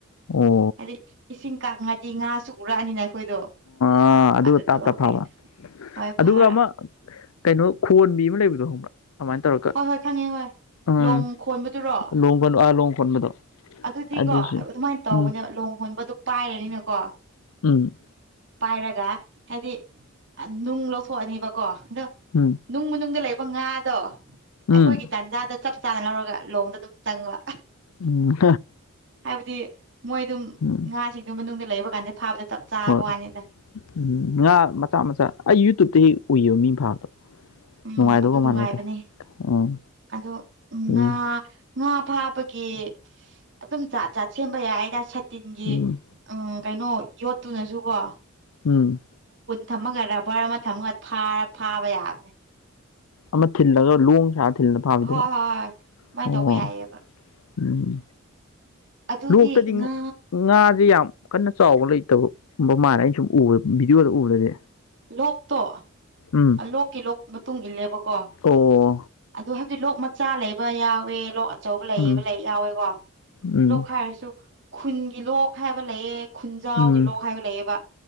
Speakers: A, on the left; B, on the right.
A: ꯑꯣ
B: ꯍꯥꯏꯗꯤ ꯏꯁꯤꯡ ꯀꯪꯉꯗꯤ ꯉꯥꯁꯨ ꯎꯔꯛꯑꯅꯤꯅ ꯑꯩꯈꯣꯏꯗꯣ
A: ꯑ ꯑꯗꯨꯒ
B: ꯑꯗꯨꯗꯣ
A: ꯇꯥꯞ ꯇꯥꯞ ꯐꯥꯕ
B: ꯀꯩꯅꯣ ꯍꯣꯏ
A: ꯑꯗꯨꯒ
B: ꯐꯥꯔ
A: ꯑꯃ ꯀꯩꯅꯣ ꯈꯣꯟꯕꯤ ꯑꯃ ꯂꯩꯕꯗꯣ ꯈꯪꯕꯔꯥ ꯑꯗꯨꯃꯥꯏꯅ ꯇꯧꯔꯒ
B: ꯍꯣꯏ ꯍꯣꯏ ꯈꯪꯉꯦ ꯍꯣꯏ
A: ꯎꯝ
B: ꯂꯣꯡ ꯈꯣꯟꯕꯗꯨꯔꯣ
A: ꯂꯣꯡ ꯈꯣꯟꯂ ꯑ ꯂꯣꯡ ꯈꯣꯟꯕꯗꯣ
B: ꯑꯗꯨꯗꯤꯀꯣ
A: ꯑꯗꯨꯁꯨ
B: ꯑꯗꯨꯃꯥꯏꯅ ꯇꯧꯕꯅꯦ
A: ꯎꯝ
B: ꯂꯣꯡ ꯈꯣꯟꯕ ꯑꯗꯣ ꯄꯥꯏꯔꯅꯤꯅꯀꯣ
A: ꯎꯝ
B: ꯄꯥꯏꯔꯒ ꯍꯥꯏꯗꯤ ꯅꯨꯡ ꯂꯧꯊꯣꯛꯑꯅꯦꯕꯀꯣ ꯑꯗꯣ
A: ꯎꯝ
B: ꯅꯨꯡ ꯃꯅꯨꯡꯗ ꯂꯩꯕ ꯑꯗꯨꯒ ꯉꯥꯗꯣ ꯑꯩꯈꯣꯏꯒꯤ
A: ꯎꯝ
B: ꯇꯥꯟꯖꯥꯗ ꯆꯞ ꯆꯥꯅ ꯂꯧꯔꯒ ꯂꯣꯡꯗ ꯑꯗꯨꯝ ꯆꯪꯕ
A: ꯎꯝ
B: ꯍꯥꯏꯕꯗꯤ ꯃꯣꯏ ꯑꯗꯨꯝ
A: ꯎꯝ
B: ꯉꯥꯁꯤꯡꯗꯨ ꯃꯅꯨꯡꯗ ꯂꯩꯕ ꯀꯥꯟꯗ ꯐꯥꯕꯗ ꯆꯞ ꯆꯥꯕ
A: ꯍꯣꯏ
B: ꯋꯥꯅꯤꯗ
A: ꯎꯝ ꯉꯥ ꯃꯆꯥ ꯃꯆꯥ ꯑꯩ ꯌꯨꯇꯨꯕꯇ ꯍꯥꯛ ꯎꯏꯌꯦ ꯃꯤꯅ ꯐꯥꯕꯗꯣ
B: ꯎꯝ
A: ꯅꯨꯡꯉꯥꯏꯗꯧꯕ
B: ꯑꯗꯨ
A: ꯃꯥꯟꯕ
B: ꯅꯨꯡꯉꯥꯏꯕꯅꯦ
A: ꯍꯥꯏꯇꯥꯔꯦ ꯑꯥ
B: ꯑꯗꯣ ꯎꯝ ꯉꯥ
A: ꯌꯦ
B: ꯉꯥ ꯐꯥꯕꯒꯤ ꯑꯗꯨꯝ ꯖꯥꯠ ꯖꯥꯠ ꯁꯦꯝꯕ ꯌꯥꯏꯗ ꯁꯥꯇꯤꯟꯒꯤ
A: ꯎꯝ
B: ꯎꯝ ꯀꯩꯅꯣ ꯌꯣꯠꯇꯨꯅꯁꯨ ꯀꯣ
A: ꯎꯝ
B: ꯊꯝꯃꯒ ꯔꯕꯔ ꯑꯃ ꯊꯝꯃꯒ ꯐꯥꯔ ꯐꯥꯕ ꯌꯥꯕꯅꯦ
A: ꯑꯃ ꯊꯤꯜꯂꯒ ꯂꯣꯡ ꯁꯥꯔ ꯊꯤꯜꯂ ꯐꯥꯕꯤꯗꯨꯔꯣ
B: ꯍꯣꯏ ꯍꯣꯏ ꯍꯣꯏ ꯑꯗꯨꯃꯥꯏꯅ
A: ꯑꯣ
B: ꯇꯧꯕ ꯌꯥꯏꯑꯕ
A: ꯎꯝ
B: ꯑꯗꯨꯗꯤ
A: ꯂꯣꯛꯇꯗꯤ
B: ꯉꯥ
A: ꯉꯥꯁꯦ ꯌꯥꯝ ꯀꯟꯅ ꯆꯥꯎꯕ ꯂꯩꯇꯕꯒꯨꯝꯕ ꯃꯥꯜꯂꯦ ꯑꯩꯅ ꯁꯨꯝ ꯎꯕ ꯚꯤꯗꯤꯑꯣꯗ ꯎꯕꯗꯗꯤ
B: ꯂꯣꯛꯇꯣ
A: ꯎꯝ
B: ꯂꯣꯛꯀꯤ ꯂꯣꯛ ꯃꯇꯨꯡ ꯏꯜꯂꯦꯕꯀꯣ
A: ꯑꯣ
B: ꯑꯗꯨ ꯍꯥꯏ ꯑꯗꯨꯗꯤ ꯂꯣꯛ ꯃꯆꯥ ꯂꯩꯕ ꯌꯥꯎꯋꯦ ꯂꯣꯛ ꯑꯆꯧꯕ ꯂꯩꯕ
A: ꯎꯝ
B: ꯂꯩ ꯌꯥꯎꯋꯦꯀꯣ
A: ꯎꯝ
B: ꯂꯣꯛ ꯍꯥꯏꯔꯁꯨ ꯈꯨꯟꯒꯤ ꯂꯣꯛ ꯍꯥꯏꯕ ꯂꯩꯌꯦ ꯈꯨꯟꯖꯥꯎꯒꯤ
A: ꯎꯝ
B: ꯂꯣꯛ ꯍꯥꯏꯕ ꯂꯩꯌꯦꯕ